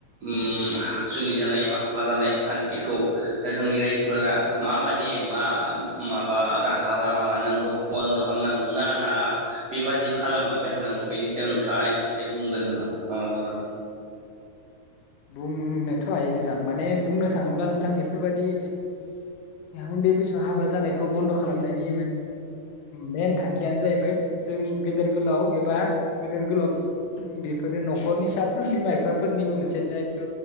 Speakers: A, on the right; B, on the left.
A: उम जुलि जानाय बा हाबा जानाय खान्थिखौ जोंनि रायजोफोरा माबादि मा माबा राहा लामा लानांगौ बन्द खालामनांगौ ना ना बेबादिनो खालामलांबाय थानांगौ बेनि स सायाव नोंथांङा एसे बुंगोन नामा अ सर
B: बुंनोथ हायो नोंथां माने बुंनो थांङोब्ला नोंथां बेफोरबायदि उन्दै बैसो हाबा जानायखौ बन्द खालामनायनि मेन थांखियानो जाहैबाय जों गेदेर गोलाव एबा गदेर गोलाव बेफ फोरो नखरनि साफ्रोम बिमा बिफाफोरनिबो मोनसे दायथ